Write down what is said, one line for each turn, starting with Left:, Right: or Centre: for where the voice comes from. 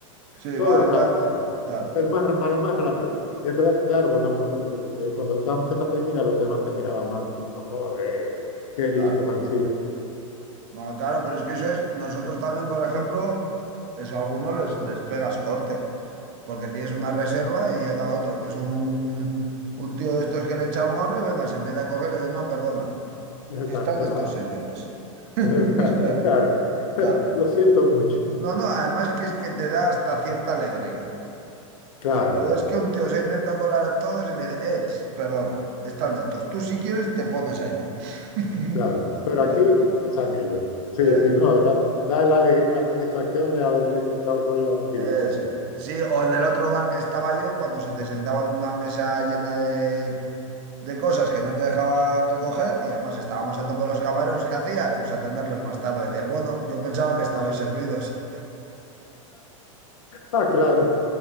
Right: Sí,
Left: todos,
Right: va, iba,
Left: a-
Right: claro.
Left: el más, ra- para el más rápido. Y entonces, claro, cuando, como- eh, cuando usamos esa técnica, los demás te miraban mal, como diciendo, joder qué
Right: claro.
Left: listos han sido.
Right: No, claro, pero es que eso es, nosotros también, por ejemplo, eso a algunos les, les pegas corte, porque tienes una reserva y llega otro que es un, un tío de estos que le echa morro y venga, se empieza a coger y le dice, no, perdona,
Left: <laughs> Ya está
Right: están
Left: reservada.
Right: estos señores. <laughs>
Left: <laughs>
Right: O sea,
Left: Claro, <laughs>
Right: claro.
Left: Lo siento mucho.
Right: No, no, además que es que te da hasta cierta alegría,
Left: Claro,
Right: porque ves que un tío se intenta colar a todos y le dice, "Ech, perdona, están estos, tú si quieres te pones allí. <laughs>
Left: claro. Pero
Right: No,
Left: aquí están ellos. Sí,
Right: eso
Left: sí, no, da, da la alegría y la satisfacción de haberle cortado el rollo a un gilipollas.
Right: Eso es.
Left: <laughs>
Right: Sí, o en el otro bar que estaba yo, cuando se te sentaban en una mesa llena de, de cosas que no te dejaban recoger y además estábamos a tope los camareros, ¿qué hacías? Pues atenderles más tarde. Decías, bueno, yo pensaba que estabais servidos.
Left: Ah, claro.